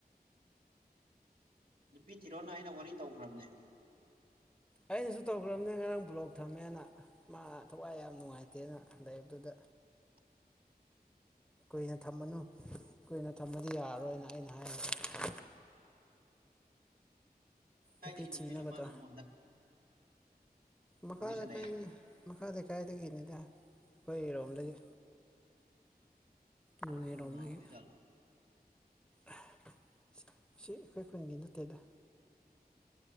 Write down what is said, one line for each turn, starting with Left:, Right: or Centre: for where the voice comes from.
Right: ꯅꯨꯄꯤ ꯊꯤꯔꯣꯅ ꯑꯩꯅ ꯋꯥꯔꯤ ꯇꯧꯈ꯭ꯔꯕꯅꯦ
Centre: ꯑꯩꯅꯁꯨ ꯇꯧꯈ꯭ꯔꯕꯅꯦ ꯉꯔꯥꯡ ꯕ꯭ꯂꯣꯛ ꯊꯝꯃꯦꯅ ꯃꯥ ꯊꯋꯥꯏ ꯌꯥꯝ ꯅꯨꯡꯉꯥꯏꯇꯦꯅ ꯂꯩꯕꯗꯨꯗ
Right: <inaudible>
Centre: ꯀꯨꯏꯅ ꯊꯝꯃꯅꯨ ꯀꯨꯏꯅ ꯊꯝꯃꯗꯤ ꯌꯥꯔꯔꯣꯏꯅ ꯑꯩꯅ ꯍꯥꯏꯒ꯭ꯔꯕꯅꯦ
Right: ꯀꯗꯥꯥꯏꯗꯒꯤ
Centre: ꯅꯨꯄꯤ
Right: ꯅꯨꯄꯤꯅꯣ
Centre: ꯊꯤꯅꯕꯗꯣ
Right: ꯃꯥꯅ ꯑꯃꯨꯛ ꯍꯟꯗꯛ
Centre: ꯃꯈꯥ
Right: ꯋꯥꯔꯤ ꯁꯥꯟꯅꯩ
Centre: ꯂꯩꯀꯥꯏꯗꯩ
Right: ꯍꯥꯏꯅꯦ
Centre: ꯃꯈꯥꯗꯩ ꯂꯩꯀꯥꯏꯗꯒꯤꯅꯤꯗ ꯑꯩꯈꯣꯏꯔꯣꯝꯗꯒꯤ ꯅꯣꯅꯦꯔꯣꯝꯗꯒꯤ
Right: ꯀꯅꯥ ꯑꯣꯏꯖꯥꯠꯂꯣ
Centre: ꯑꯍꯥ ꯁꯤ ꯁꯤ ꯑꯩꯈꯣꯏ ꯈꯨꯟꯒꯤ ꯅꯠꯇꯦꯗ